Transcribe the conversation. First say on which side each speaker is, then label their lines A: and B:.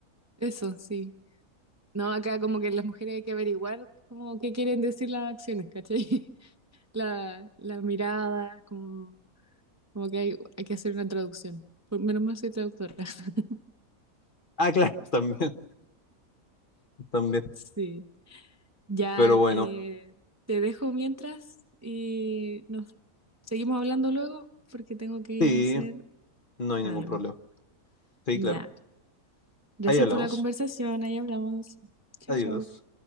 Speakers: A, on the right; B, on the left.
A: eso sí. No, acá como que las mujeres hay que averiguar como qué quieren decir las acciones, ¿cachai? <laughs> La, la mirada, como, como que hay, hay que hacer una traducción. Por- Menos mal soy traductora. <laughs>
B: Ah, claro, <laughs> también, también.
A: Sí. Ya
B: Pero bueno,
A: eh, te dejo mientras y nos seguimos hablando luego porque tengo que ir
B: sí,
A: a hacer
B: no hay ningún
A: algo.
B: problema. Sí,
A: Ya.
B: claro.
A: Gracias
B: Ahí hablamos.
A: por la conversación. Ahí hablamos. Chao,
B: Adiós.
A: chao.